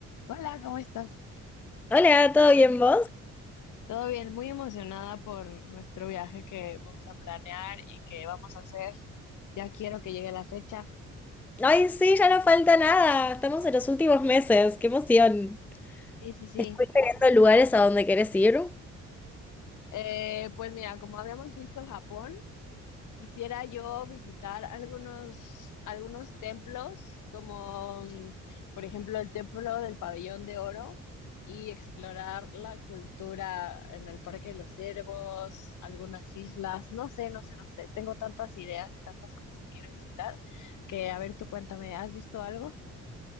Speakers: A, on the left; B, in the centre.
A: Hola, ¿cómo estás?
B: Hola, ¿todo bien vos?
A: Todo bien, muy emocionada por nuestro viaje que vamos a planear y que vamos a hacer. Ya quiero que llegue la fecha.
B: Ay, sí, ya no falta nada. Estamos en los últimos meses. ¡Qué emoción!
A: Sí, sí, sí.
B: ¿Estuviste viendo lugares a donde querés ir?
A: Eh, pues mira, como habíamos visto Japón, Quisiera yo visitar algunos, algunos templos, como mm, por ejemplo el templo del Pabellón de Oro, y explorar la cultura en el Parque de los Cervos, algunas islas, no sé, no sé, no sé. Tengo tantas ideas y tantas cosas que quiero visitar que, a ver, tú cuéntame, ¿has visto algo?